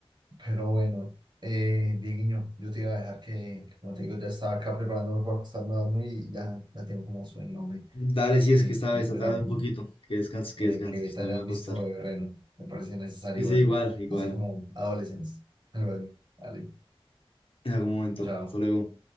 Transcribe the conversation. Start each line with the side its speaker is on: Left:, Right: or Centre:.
Right: Pero bueno, eh, Dieguiño, yo te iba a dejar que, como te digo, ya estaba acá preparándome para acostarme a dormir y ya, ya tengo como sueño, hombre.
Left: Dale, si es
Right: Sí,
Left: que esta
Right: me
Left: vez
Right: quiero
Left: tarde
Right: tanto,
Left: un poquito, que descanses, que
Right: eh,
Left: descanses,
Right: que te
Left: yo también
Right: hayas
Left: me
Right: visto
Left: voy a acostar.
Right: de Reno, me parecía necesario
Left: Sí, sí,
Right: verlo,
Left: igual, igual,
Right: así como adolescencia, algo así. Vale,
Left: en algún momento,
Right: chao.
Left: hasta luego.